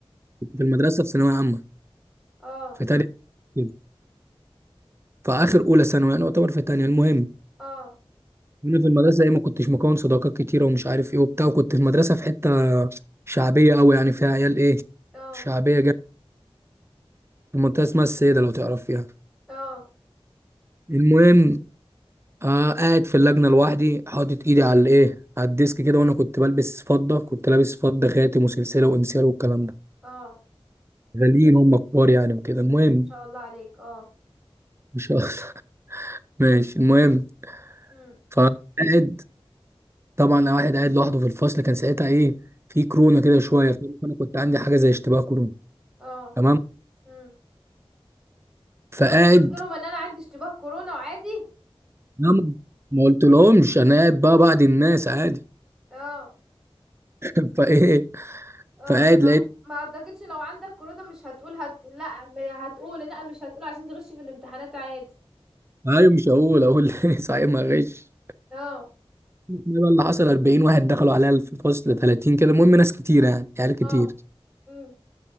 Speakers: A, on the right (about 25°); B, in the centre.
A: كنت في المدرسه في ثانويه عامه
B: اه
A: في تانية كده في اخر اولى ثانوي يعني يعتبر في تانية المهم
B: اه
A: انا في المدرسه ايه ما كنتش مكون صداقات كتيره ومش عارف ايه وبتاع وكنت في مدرسه في حته شعبيه قوي يعني فيها عيال ايه
B: اه
A: شعبيه جدا في منطقه اسمها السيده لو تعرف فيها
B: اه
A: المهم آه قاعد في اللجنه لوحدي حاطط ايدي على الايه على الديسك كده وانا كنت بلبس فضه كنت لابس فضه خاتم وسلسله وانسيال والكلام ده
B: اه ان
A: غاليين هم كبار يعني وكده المهم
B: شاء الله عليك اه
A: مش <laughs> ماشي المهم
B: امم
A: فقاعد طبعا أنا واحد قاعد لوحده في الفصل كان ساعتها ايه في كورونا كده شويه فانا كنت عندي حاجه زي اشتباه كورونا
B: اه
A: تمام
B: امم
A: فقاعد
B: ورحت قلت لهم ان انا عندي اشتباه كورونا وعادي
A: نعم ما قلتلهمش انا قاعد بقى بعد الناس عادي
B: اه
A: <laughs> فايه
B: اه
A: فقاعد
B: ما
A: لقيت
B: ما اعتقدش لو عندك كورونا مش هتقول هت... لا ما هتقول لا مش هتقول عشان تغش في الامتحانات عادي
A: ايوه مش هقول اقول <laughs> إيه، صحيح ما غش
B: اه
A: إيه بقى اللي حصل 40 واحد دخلوا عليا في الفصل 30 كده المهم ناس كتير يعني عيال كتير
B: اه امم